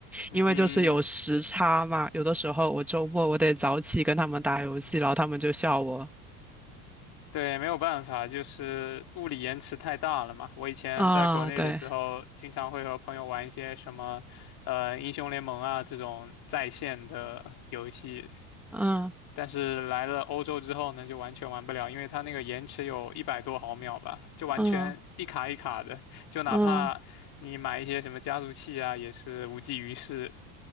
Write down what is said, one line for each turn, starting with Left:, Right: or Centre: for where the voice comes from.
Left: 嗯，
Centre: 因为就是有时差嘛，有的时候我周末我得早起跟他们打游戏，然后他们就笑我
Left: 对，没有办法，就是物理延迟太大了嘛。我以前在国内的时候，
Centre: 啊，对，
Left: 经常会和朋友玩一些什么，呃，英雄联盟啊这种在线的游戏，
Centre: 嗯
Left: 但是来了欧洲之后呢，就完全玩不了，因为它那个延迟有一百多毫秒吧，就完全一卡一卡的，
Centre: 嗯
Left: 就哪怕你买一些什么加速器啊，
Centre: 嗯
Left: 也是无济于事。